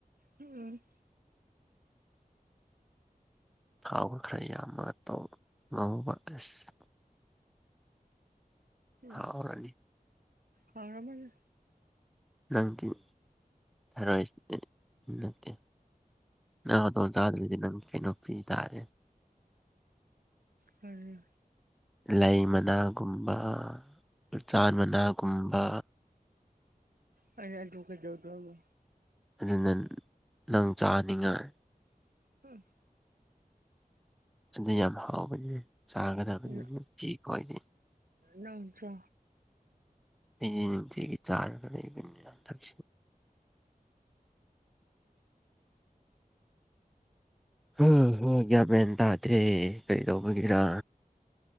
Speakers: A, on the right; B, in the centre.
A: ꯎꯝ
B: ꯊꯥꯎ ꯈꯔ ꯌꯥꯝꯃꯒ ꯇꯧꯕ ꯉꯧꯕ ꯑꯁ
A: ꯎꯝ
B: ꯍꯥꯎꯔꯅꯤ
A: ꯍꯥꯎꯔꯝꯃꯅꯤ
B: ꯅꯪꯒꯤ ꯊꯔꯣꯏꯁꯤꯗꯤ ꯅꯠꯇꯦ ꯅꯪ ꯍꯧꯗꯣꯡ ꯆꯥꯗꯔꯗꯤ ꯅꯪ ꯀꯩꯅꯣꯝꯄꯤꯇꯥꯔꯦ
A: ꯀꯔꯤ
B: ꯂꯩ ꯃꯅꯥꯒꯨꯝꯕ ꯎꯆꯥꯟ ꯃꯅꯥꯒꯨꯝꯕ
A: ꯍꯣꯏꯅꯦ ꯑꯗꯨ ꯀꯩꯗꯧꯗꯣꯏꯕ
B: ꯑꯗꯨꯅ ꯅꯪ ꯆꯥꯅꯤꯡꯉꯥꯏ
A: ꯍꯝ
B: ꯑꯗꯨ ꯌꯥꯝ ꯍꯥꯎꯕꯅꯦ ꯆꯥꯒꯗꯕꯅꯤ
A: ꯎꯝ
B: ꯅꯨꯄꯤꯈꯣꯏꯗꯤ
A: ꯅꯪꯁꯨ
B: ꯑꯩꯗꯤ ꯅꯨꯡꯇꯤꯒꯤ ꯆꯥꯔ ꯂꯩꯅꯤꯅ ꯊꯛ ꯍꯝ ꯍꯣꯏ ꯒ꯭ꯌꯥꯃꯦꯟ ꯇꯥꯗ꯭ꯔꯦ ꯀꯩꯗꯧꯕꯒꯤꯔꯥ